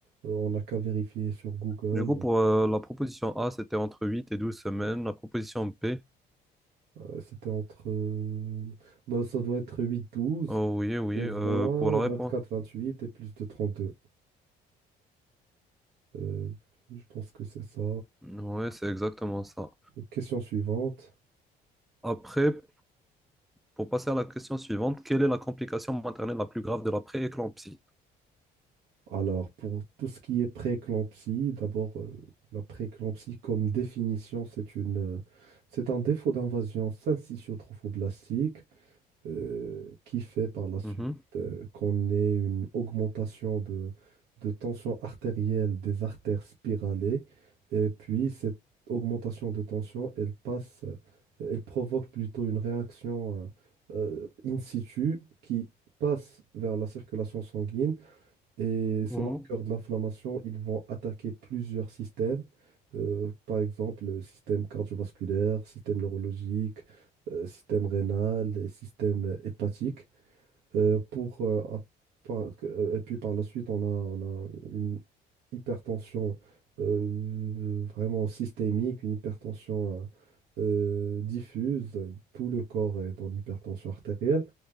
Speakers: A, on the right; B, in the centre.
A: euh, on n'a qu'à vérifier sur Google.
B: Du coup, pour euh, la proposition A, c'était entre 8 et 12 semaines. La proposition P,
A: Euh, c'était entre... euh, ben, ça doit être huit, douze,
B: oh oui, oui,
A: seize,
B: euh,
A: vingt,
B: pour la
A: vingt-quatre,
B: réponse.
A: vingt-huit et plus de 32. Euh, je pense que c'est ça.
B: Oui, c'est exactement ça.
A: Question suivante.
B: Après, Pour passer à la question suivante, quelle est la complication maternelle la plus grave de la pré-éclampsie?
A: Alors, pour tout ce qui est prééclampsie, d'abord, euh, la prééclampsie comme définition, c'est une, euh, c'est un défaut d'invasion syncytiotrophoblastique euh, qui fait par la suite
B: Mhm,
A: euh, qu'on ait une augmentation de, de tension artérielle des artères spiralées. Et puis, cette augmentation de tension, elle passe, euh, elle provoque plutôt une réaction euh, euh, in situ qui passe vers la circulation sanguine et ces
B: Mhm.
A: marqueurs de l'inflammation, ils vont attaquer plusieurs systèmes, euh, par exemple le système cardiovasculaire, système neurologique, euh, système rénal, et système euh, hépatique. euh, pour, euh, à- par- euh, et puis par la suite, on a, on a une hypertension euh, vraiment systémique, une hypertension euh, euh, diffuse. Tout le corps est en hypertension artérielle.